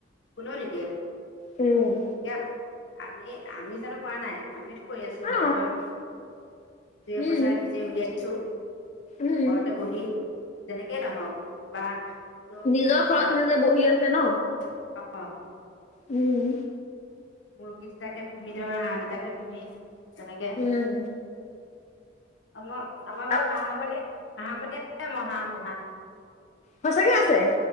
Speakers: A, on the left; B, on the left.
A: কোনেও নিদিয়ে।
B: উম।
A: এতিয়া আমি, আমি জানো কৰা নাই? আমিতো কৰি আছো
B: অ
A: ঘৰত ধৰ। দুই-এ
B: উম
A: পইচা নিজে উলিয়াইছো।
B: উম
A: ঘৰতে বহি যেনেকেই নহওঁক বা তোৰ
B: নিজৰ খৰচ
A: চাক
B: নিজে বহি আছে ন
A: <unintelligible> অ'।
B: উম।
A: মুৰ্গী দুটাকে পোহি ধৰ, হাঁহ দুটাকে পোহি তেনেকে
B: উম
A: আমাৰ আমাৰ ঘৰত
B: আ-
A: হাঁহৰ কনী, হাঁহৰ কনী আছে <unintelligible> হাঁহ পোহা।
B: সঁচাকে আছে?